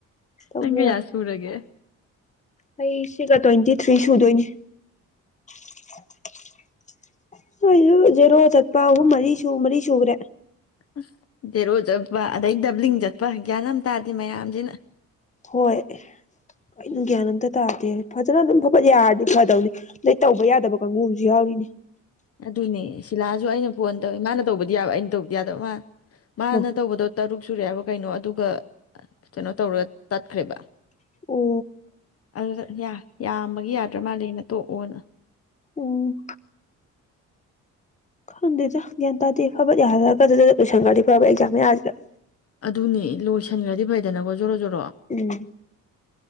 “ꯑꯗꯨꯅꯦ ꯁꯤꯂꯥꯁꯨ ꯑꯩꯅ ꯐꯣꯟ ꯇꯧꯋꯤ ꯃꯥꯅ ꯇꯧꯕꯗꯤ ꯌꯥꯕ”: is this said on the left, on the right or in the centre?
Left